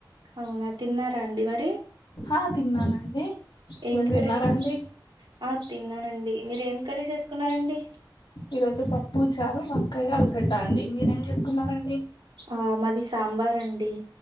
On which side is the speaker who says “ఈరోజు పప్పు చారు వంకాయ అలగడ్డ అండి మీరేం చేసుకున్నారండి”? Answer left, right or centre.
Left